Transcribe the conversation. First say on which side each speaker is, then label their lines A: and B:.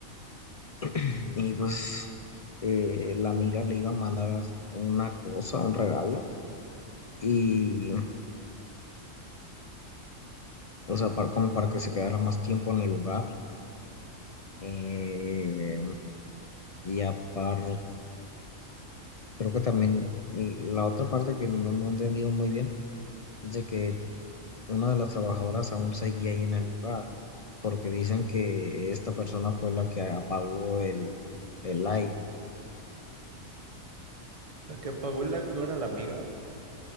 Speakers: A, on the left; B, on the right.
A: <clears throat> Y pues eh, la amiga le iba a mandar as- una cosa, un regalo, y, o sea, para- como para que se quedara más tiempo en el lugar. Eh, y aparte, creo que también mm, la otra parte que no, no he entendido muy bien es de que Una de las trabajadoras aún seguía ahí en el lugar, porque dicen que esta persona fue la que apagó el, el live.
B: La que apagó el live no era la amiga.